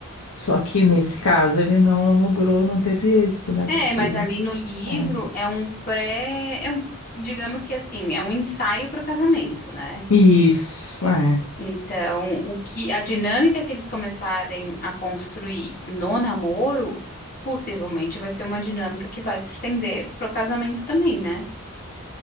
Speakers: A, on the left; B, on the left.
A: Só que nesse caso ele não logrou, não teve êxito, né?
B: É,
A: Porque.
B: mas ali no livro
A: É.
B: é um pré, é um, digamos que assim, é um ensaio para o casamento, né?
A: Isso, é.
B: Então, o que a dinâmica que eles começarem a construir no namoro, possivelmente vai ser uma dinâmica que vai se estender pro casamento também, né?